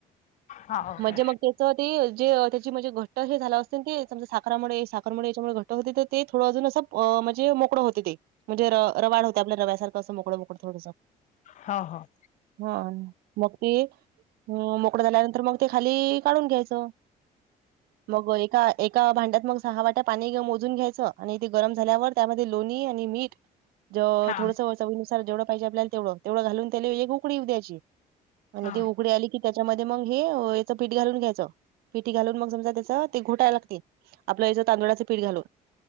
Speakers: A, on the left; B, on the right.
A: हा ओके
B: म्हणजे मग ते. ते जे त्याची म्हणजे घट्ट झाला असल ते समजा साखरमुळे साखरेमुळे घट्ट मग तिथं ते थोडं अजून असं म्हणजे मोकळं होते ते. म्हणजे रवाळ होते, आपल्या रव्यासारखं मोकळं-मोकळं थोडंसं.
A: हा, हा.
B: हा मग ते, अ मोकळं झाल्यानंतर मग ते खाली काढून घ्यायचं. <inaudible> मग एका-एका भांड्यात मग सहा वाट्या पाणी मोजून घ्यायचं, आणि ते गरम झाल्यावर त्यामध्ये लोणी आणि मीठ <inaudible> ज
A: हा
B: थोडस चवीनुसार जेवढं पाहिजे आपल्याला तेवढं, तेवढं घालून त्याले एक उकळी येऊन द्यायची. आणि
A: हा
B: ते उकळी आली की त्याच्यामध्ये मग हे याचं पीठ घालून घ्यायचं. पिठी घालून मग समजा त्याच ते घोटायला लागते. आपलं ह्याच तांदुळाचं पीठ घालू